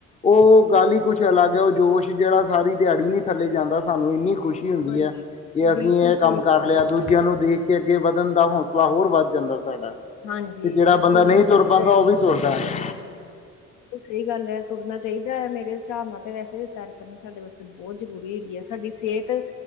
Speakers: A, on the left; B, on the left.
A: ਉਹ ਗੱਲ ਹੀ ਕੁੱਛ ਅਲੱਗ ਹੈ, ਉਹ ਜੋਸ਼ ਜਿਹੜਾ ਸਾਰੀ ਦਿਹਾੜੀ ਨੀ ਥੱਲੇ ਜਾਂਦਾ, ਸਾਨੂੰ ਇੰਨੀ ਕੁਛ ਹੁੰਦੀ
B: ਹਾਂਜੀ
A: ਹੈ, ਕਿ ਅਸੀਂ
B: ਬਿਲਕੁਲ
A: ਇਹ
B: ਸਹੀ
A: ਕੰਮ ਕਰ
B: ਕਿਹਾ
A: ਲਿਆ
B: ਜੀ ਤੁਸੀਂ
A: ਦੂਜੇ ਦੇਖ ਕੇ ਅੱਗੇ ਵਧਣ ਦਾ ਹੌਸਲਾ ਹੋਰ ਵੱਧ ਜਾਂਦਾ ਸਾਡਾ,
B: ਹਾਂਜੀ
A: ਤੇ ਜਿਹੜਾ
B: ਬਿਲਕੁਲ
A: ਬੰਦਾ ਨਹੀਂ ਤੁਰ
B: ਵੱਧਦਾ
A: ਪਾਉਂਦਾ ਉਹ ਵੀ। ਤਰਦਾ ਹੈ
B: ਸਹੀ ਗੱਲ ਹੈ ਤੁਰਨਾ ਚਾਹੀਦਾ ਹੈ, ਮੇਰੇ ਹਿਸਾਬ ਨਾਲ ਤੇ ਵੈਸੇ ਵੀ ਸੈਰ ਕਰਨੀ ਸਾਡੇ ਵਾਸਤੇ ਬਹੁਤ ਜ਼ਰੂਰੀ ਹੈਗੀ ਹੈ। ਸਾਡੀ ਸਿਹਤ